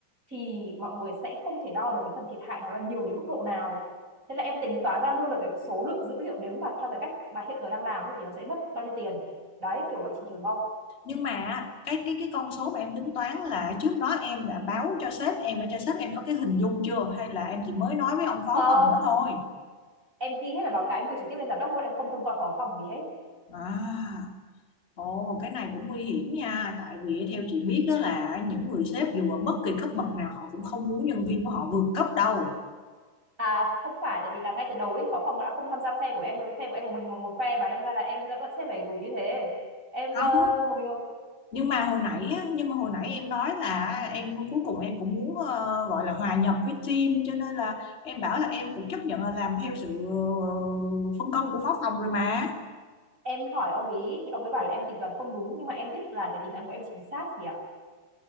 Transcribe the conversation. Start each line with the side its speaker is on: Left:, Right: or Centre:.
Right: thì mọi người sẽ không thể đo được cái phần thiệt hại nó là nhiều đến mức độ nào thế là em tính toán ra luôn được cái số lượng dữ liệu nếu mà theo cái cách mà hiện giờ đang làm ấy thì nó sẽ mất bao nhiêu tiền đấy kiểu vậy chị Trường không
Left: nhưng mà cái cái cái con số mà em tính toán là trước đó em đã báo cho sếp em để cho sếp em có cái hình dung chưa hay là em chỉ mới nói với ông phó
Right: không
Left: phòng đó thôi
Right: em ghi hết bài báo cáo em gửi trực tiếp lên giám đốc luôn em không thông qua phó phòng gì hết
Left: à ồ cái này cũng nguy hiểm nha tại vì theo chị biết đó là những người sếp dù ở bất kỳ cấp bậc nào họ cũng không muốn nhân viên của họ vượt cấp đâu
Right: À không phải tại vì là ngay từ đầu ấy phó phòng đã không tham gia phe của em rồi phe của em một mình một một phe và đâm ra là em đã vẫn sẽ phải gửi như thế em
Left: không
Right: ờ, một mình một
Left: nhưng mà hồi nãy á, nhưng mà hồi nãy em nói là em cuối cùng em cũng muốn ờ, gọi là hòa nhập với team cho nên là em bảo là em cũng chấp nhận là làm theo sự ờ, phân công của phó phòng rồi mà
Right: em hỏi ông ý thì ông ấy bảo là em tính toán không đúng nhưng mà em biết là cái tính toán của em chính xác chị ạ